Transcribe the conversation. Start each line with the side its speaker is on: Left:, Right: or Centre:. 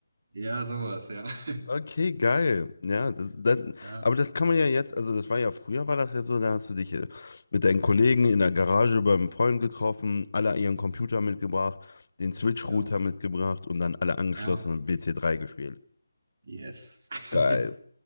Right: Ja, sowas, ja. <laughs>
Left: Okay, geil. Ja, das, das,
Right: Ja,
Left: aber das kann man ja jetzt, also das war ja früher, war das ja so, da hast du dich äh, mit deinen Kollegen in der Garage beim Freund getroffen, alle ihren Computer mitgebracht, den Switch-Router
Right: ja, Mann.
Left: mitgebracht und dann alle angeschlossen
Right: Ja,
Left: und wc drei gespielt.
Right: yes. <laughs>
Left: Geil.